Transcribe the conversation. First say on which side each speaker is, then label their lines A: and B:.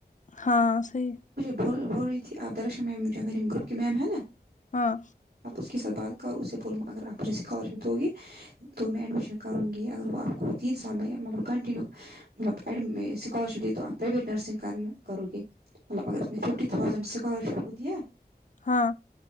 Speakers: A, on the left; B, on the right.
A: ہاں صحیح
B: بو بول رہی تھی آدرش مجھے میری گروپ کی میم ہے نا
A: ہاں
B: آپ اس کے ساتھ بات کرو اسے بولوں اگر آپ مجھے اسکالرشپ دو گی تو میں ایڈمیشن کرونگی اگر وہ آپکو تین سال میں مطلب کنٹنیو مت اینڈ میں اسکالرشپ دی تو ہم پرائیویٹ نرسنگ کرنا کروگی مطلب اگر اس نے ففٹی تھاؤزنڈ سکالرشپ دیا
A: ہاں